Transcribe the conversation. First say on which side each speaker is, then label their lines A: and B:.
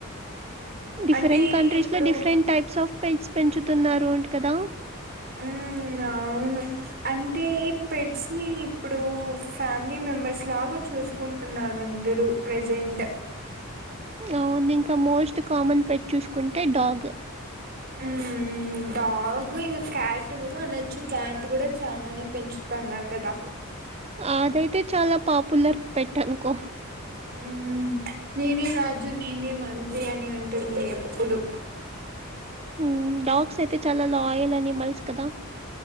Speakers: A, on the right (about 30°); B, on the right (about 45°).
A: డిఫరెంట్
B: అంటే
A: కంట్రీస్‌లో
B: ఇప్పుడు
A: డిఫరెంట్ టైప్స్ ఆఫ్ పెంట్స్ పెంచుతున్నారు అంట కదా
B: ఉమ్మ్ అవును అంటే పెట్స్‌ని ఇప్పుడు ఫ్యామిలీ మెంబర్స్ లాగా చూసు కుంటున్నారు అందరూ ప్రజెంట్
A: అవును ఇంకా మోస్ట్ కామన్ పెట్ చూసుకుంటే డాగ్
B: ఉమ్మ్ డాగు ఇంగ క్యాట్ కూడా అనొచ్చు క్యాట్ కూడా చానానే పెంచుతున్నారు కదా
A: అదైతే చాలా పాపులర్ పెట్ అనుకో
B: ఉమ్మ్ నేనే రాజు నేనే మంత్రి అని ఉంటుంది ఎప్పుడు
A: ఉమ్మ్ డాగ్స్ అయితే చాలా లాయల్ అనిమల్స్ కదా